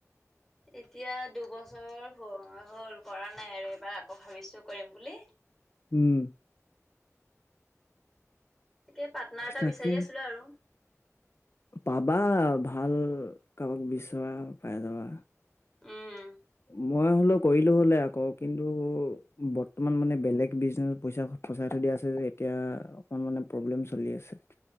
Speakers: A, in the centre; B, on the left.
A: এতিয়া দুবছৰ হ'ল। কৰা নাই আৰু এইবাৰ আকৌ ভাবিছো কৰিম বুলি।
B: উম
A: তাকে পাটনাৰ এটা
B: তাকে
A: বিচাৰি আছিলো আৰু
B: পাবা ভাল কাৰোবাক বিচৰা পাই যাবা।
A: উম
B: মই হ'লেও। কৰিলো হলে আকৌ কিন্তু বৰ্তমান মানে বেলেগ বিজনেচ পইচা ফচাই থৈ দিয়া আছে যে এতিয়া অকণ মানে প্ৰব্লেম চলি আছে।